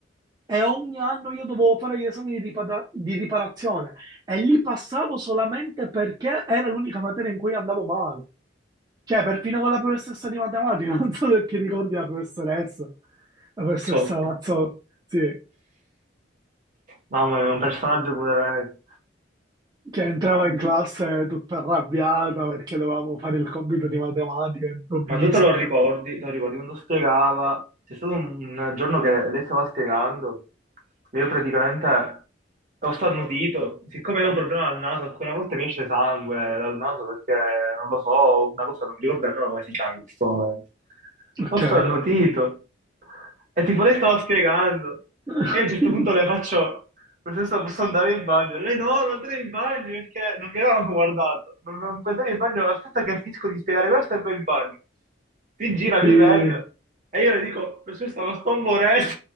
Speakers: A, on the right; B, on the right.
A: e ogni anno io dovevo fare gli esami di, ripara- di riparazione e li passavo solamente perché era l'unica materia in cui andavo male. Cioè, perfino con la professoressa di matematica, <laughs> non so se ti ricordi la professoressa, la professoressa
B: mazzotta.
A: Mazzotti, sì,
B: Mamma mia, un personaggio pure lei.
A: che entrava in
B: Di-
A: classe tutta arrabbiata perché dovevamo fare il compito di matematica improvviso.
B: Ma tu te lo ricordi, te lo ricordi quando spiegava, c'è stato un giorno che lei stava spiegando, io praticamente ho starnutito, siccome avevo un problema al naso, alcune volte mi esce sangue dal naso perché, non lo so, una cosa, non mi ricordo nemmeno come si chiama in questo momento.
A: Ok.
B: Ho starnutito e tipo lei stava spiegando
A: <laughs>
B: e io a un certo punto le faccio... Professoressa, posso andare in bagno? Lei no, non andare in bagno perché non mi avevano guardato. Non, non puoi andare in bagno, aspetta che finisco di spiegare questo e poi in bagno. Si gira,
A: Sì.
B: mi vede. E io le dico, professoressa, ma sto morendo.